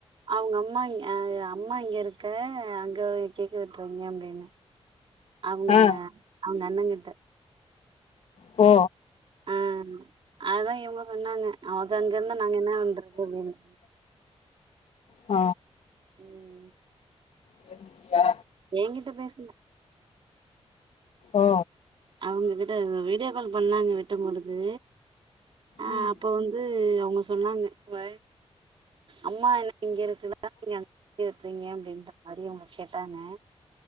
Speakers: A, on the right (about 50°); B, on the left (about 70°).
A: அவ்ங்க அம்மா அம்மா இங்க இருக்க அங்க கேக்க வெட்டுறீங்க அப்டின்னு அவ்ங்க
B: ஆ
A: அவுங்க அண்ணங்கிட்ட
B: ஓ
A: ஆ அததா இவங்க சொன்னாங்க அவதா அங்க இருந்த நாங்க என்ன பண்றது அப்டின்னு
B: ஆ
A: ம்
B: வருவியா
A: என்கிட்ட பேசல
B: ஓ
A: அவங்க கிட்ட வீடியோ கால் பண்ணாங்க விட்டம்பொழுது ஆ
B: ம்
A: அப்ப வந்து தூ அவங்க சொன்னாங்க இவ அம்மா என்ன இங்க இருக்குல நீங்க அங்க போய் வெட்றிங்க அப்டின்ற மாரி அவுங்க கேட்டாங்க